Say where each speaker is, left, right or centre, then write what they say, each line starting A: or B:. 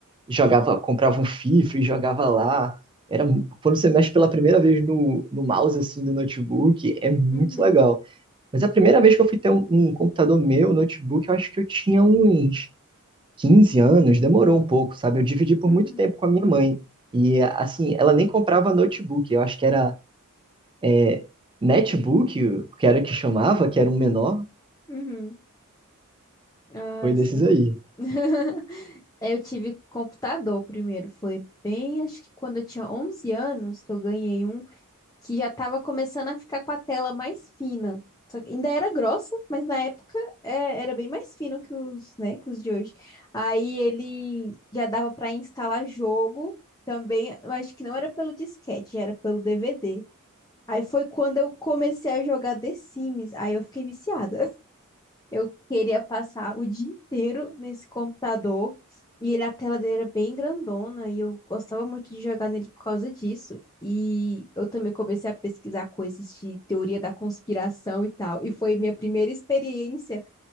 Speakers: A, on the right; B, on the left.
A: jogava, comprava um FIFA e jogava lá. Era, mu- quando você mexe pela primeira vez no, no mouse assim do notebook, é muito
B: uhum,
A: legal. Mas a primeira vez que eu fui ter um, um computador meu, notebook, eu acho que eu tinha uns Quinze anos demorou um pouco, sabe? Eu dividi por
B: uhum,
A: muito tempo com a minha mãe. E, assim, ela nem comprava notebook. Eu acho que era é, netbook, que era o que chamava, que era um menor.
B: uhum. Ah,
A: Foi
B: sim.
A: desses aí.
B: <laughs> Eu tive computador primeiro, foi bem, acho que quando eu tinha 11 anos que eu ganhei um que já estava começando a ficar com a tela mais fina. Só que ainda era grossa, mas na época é, era bem mais fino que os, né, que os de hoje. Aí ele já dava para instalar jogo também, eu acho que não era pelo disquete, já era pelo DVD. Aí foi quando eu comecei a jogar The Sims, aí eu fiquei viciada. Eu queria passar o dia inteiro nesse computador e ele, a tela dele era bem grandona e eu gostava muito de jogar nele por causa disso. E eu também comecei a pesquisar coisas de teoria da conspiração e tal. E foi minha primeira experiência